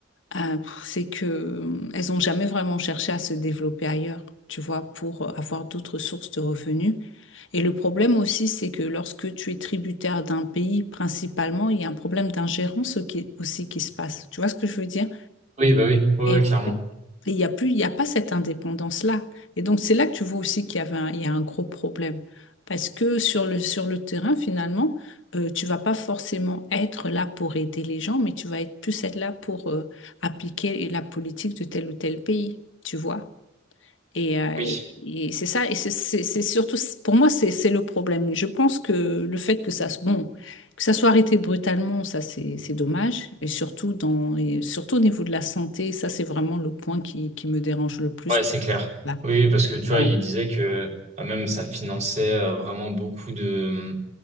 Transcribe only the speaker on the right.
oui, bah oui, ouais,
ouais, clairement.
Oui,
ouais, c'est clair.
Oui, parce que tu vois,
il disait que euh, même ça finançait euh, vraiment beaucoup de,